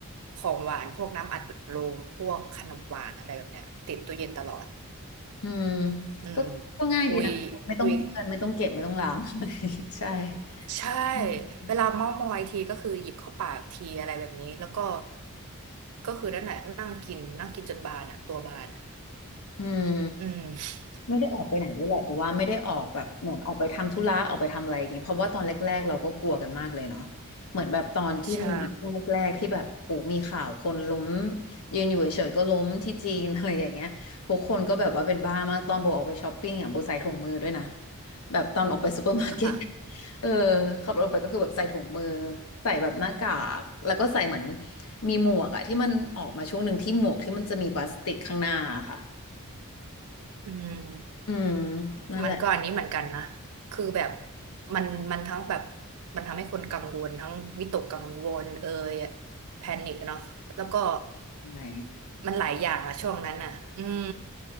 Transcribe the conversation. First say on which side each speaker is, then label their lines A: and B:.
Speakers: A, on the right (about 85°); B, on the left (about 75°).
A: ของหวานพวกน้ำอัดลมพวกขนมหวานอะไรแบบเนี้ยติดตู้เย็นตลอด
B: อืม
A: อืม
B: ก็ก็ง่ายดีนะคะไม่ต้องเปื้อนไม่ต้องเก็บไม่ต้องล้าง
A: คุยคุย
B: <laughs> ใช่
A: ใช่
B: อืม
A: เวลาเม้าท์มอยทีก็คือหยิบเข้าปากทีอะไรแบบนี้แล้วก็ก็คือนั่นแหละนั่งกินนั่งกินจนบานอ่ะตัวบานอ่ะ
B: อืม
A: อืม
B: ไม่ได้ออกไปไหนด้วยแหละเพราะว่าไม่ได้ออกแบบเหมือนออกไปทำธุระออกไปทำอะไรอย่างเงี้ยเพราะว่าตอนแรกๆเราก็กลัวกันมากเลยเนาะเหมือนแบบตอนที่มันมาช่วงแรกๆที่แบบโหมีข่าวคนล้ม
A: ใช่
B: ยืนอยู่เฉยๆก็ล้มที่จีน <laughs> อะไรอย่างเงี้ยทุกคนก็แบบว่าเป็นบ้ามากตอนโบออกไปช้อปปิ้งอ่ะโบใส่ถุงมือด้วยนะแบบตอนออกไปซูเปอร์มาร์เก็ต
A: ค่ะ
B: <laughs> เออขับรถออกไปก็คือแบบใส่ถุงมือใส่แบบหน้ากากแล้วก็ใส่เหมือนมีหมวกอะที่มันออกมาช่วงหนึ่งที่หมวกที่มันจะมีพลาสติกข้างหน้าอะค่ะ
A: อืม
B: อืมนั่นแหละ
A: มันก็อันนี้เหมือนกันนะคือแบบมันมันทั้งแบบมันทำให้คนกังวลทั้งวิตกกังวลเอ่ยแพนิคเนาะแล้วก็
B: ใช่
A: มันหลายอย่างอะช่วงนั้นอะอืม